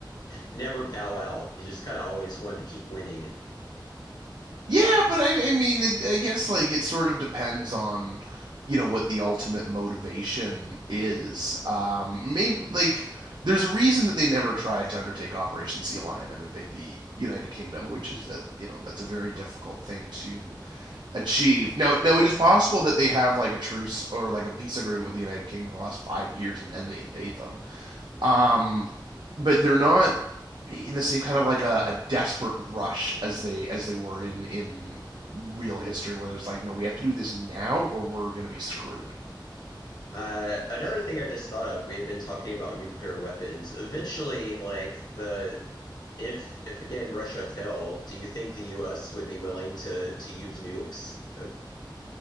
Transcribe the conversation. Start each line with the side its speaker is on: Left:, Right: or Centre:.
Left: never bow out. He just kind of always wanted to keep winning.
Right: Yeah, but I, I mean, it, I guess like it sort of depends on, you know, what the ultimate motivation is. Um, maybe like there's a reason that they never tried to undertake Operation Sea Lion and invade the United Kingdom, which is that you know that's a very difficult thing to achieve. Now, now it is possible that they have like a truce or like a peace agreement with the United Kingdom the last five years, and then they invade them. Um, but they're not in the same kind of like a, a desperate rush as they as they were in in real history, where there's like, no, we have to do this now or we're gonna be screwed.
Left: Uh, another thing I just thought of. We had been talking about nuclear weapons. Eventually, like the if if again Russia fell, do you think the U.S. would be willing to to use nukes? Uh,